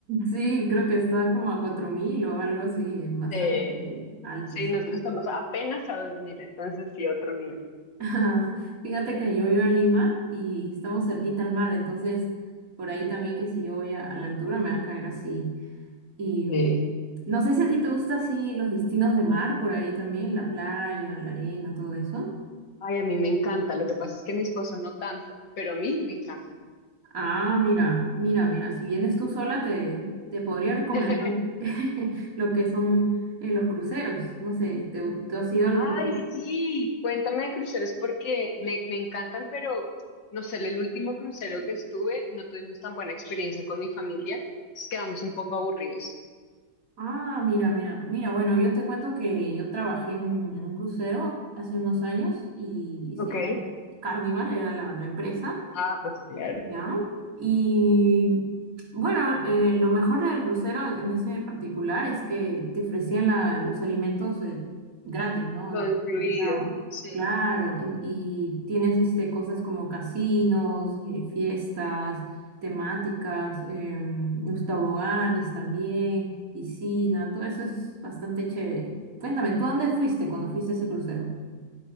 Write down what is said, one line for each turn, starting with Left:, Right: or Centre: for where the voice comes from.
Right: sí, creo que está como a 4.000 o algo así, bastante
Left: Eh,
Right: alto,
Left: sí,
Right: sí.
Left: nosotros estamos apenas a 2000, entonces sí, otro nivel.
Right: <laughs> Fíjate que yo vivo en Lima y estamos cerquita al mar, entonces por ahí también que si yo voy a, a la altura me va a caer así. Y
Left: Sí.
Right: mm, no sé si a ti te gusta así los destinos de mar, por ahí también, la playa, la arena, todo eso.
Left: Ay, a mí me encanta. Lo que pasa es que mi esposo no tanto, pero a mí me encanta.
Right: Ah, mira, mira, mira, si vienes tú sola, te, te podría recomendar
Left: <laughs>
Right: <laughs> lo que son eh, los cruceros. No sé, ¿te, te has ido al
Left: Ay,
Right: crucero?
Left: sí. Cuéntame de cruceros porque me, me encantan, pero no sé, el último crucero que estuve no tuvimos tan buena experiencia con mi familia, entonces quedamos un poco aburridos.
Right: Ah, mira, mira, mira, bueno, yo te cuento que yo trabajé en, en un crucero hace unos años y
Left: Ok.
Right: se llama Carnival, era la, la empresa,
Left: Ah, pues claro.
Right: Ya. Y bueno, eh, lo mejor del crucero en ese particular es que te ofrecían la- los alimentos eh, gratis, ¿no?
Left: Todo incluido.
Right: Limitado.
Left: Sí.
Right: Claro, en- y tienes este, cosas como casinos, eh, fiestas temáticas, em, los toboganes también, piscina, todo eso es bastante chévere. Cuéntame, ¿tú a dónde fuiste cuando fuiste a ese crucero?